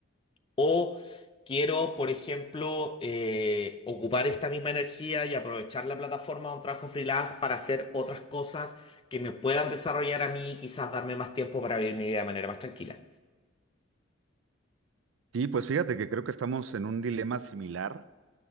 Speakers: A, on the left (about 25°); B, on the right (about 70°).
A: o quiero, por ejemplo, eh, ocupar esta misma energía y aprovechar la plataforma de un trabajo freelance para hacer otras cosas que me puedan desarrollar a mí y quizás darme más tiempo para vivir mi vida de manera más tranquila.
B: Sí, pues fíjate que creo que estamos en un dilema similar